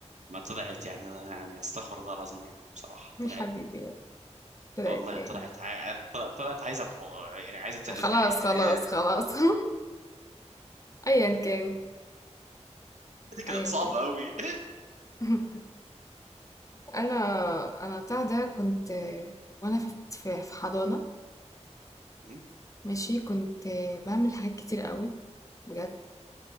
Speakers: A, on the right; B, on the left.
A: ما طلعت يعني يعني استغفر الله العظيم يعني بصراحة
B: يا
A: طلعت
B: حبيبي يا ابني. طلعت
A: والله
B: ايه
A: طلعت ع... طل- طلعت عايزة أط- يعني عايزة ت-
B: خلاص خلاص
A: إيه،
B: خلاص <laughs> أيًا كان،
A: دي كانت
B: أيًا
A: صعبة
B: كان.
A: أوي
B: <laughs> أنا أنا بتاع ده كنت آه، وأنا في في في حضانة
A: <laughs> مين؟
B: ماشي، كنت باعمل حاجات كتير قوي بجد،